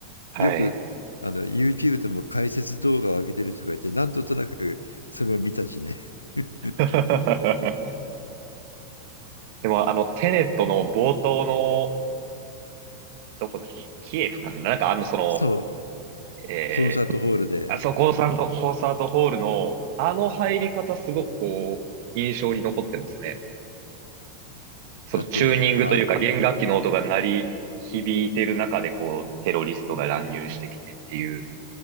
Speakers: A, on the right; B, on the left.
A: はい。
B: よく、あの、YouTube でも解説動画を上げてる人がいて、なんとなくそれを見たしね。<laughs>
A: <laughs> でも、あの、テネットの冒頭の、どこだっけキエフかななんかあの、そ
B: そう、
A: の、えー、
B: コンサートホールで。
A: あそこコンサート、コンサートホールの、あの入り方すごくこう、印象に残ってますね。そのチューニングというか弦楽器の音が鳴り響いてる中でこう、
B: だって、あ、
A: テロリストが乱入してきてっていう、